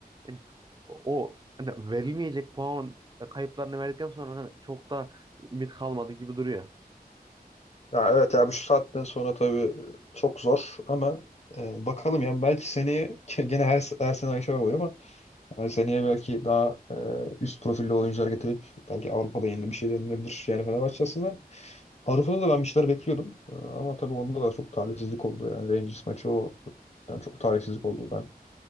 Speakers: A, on the right; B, on the left.
A: yani o hani verilmeyecek puan kayıplarını verdikten sonra hani çok da ümit kalmadı gibi duruyor.
B: Ya evet ya bu şu saatten sonra tabii çok zor ama e, bakalım yani belki seneye <laughs> gene her, her sene aynı şey oluyor ama yani seneye belki daha e, üst profilli oyuncular getirip belki Avrupa'da yeni bir şey denilebilir. Yani Fenerbahçe aslında Avrupa'da da ben bir şeyler bekliyordum. Ee, Ama tabii onda da çok talihsizlik oldu. Yani Rangers maçı o yani çok talihsizlik oldu. Ben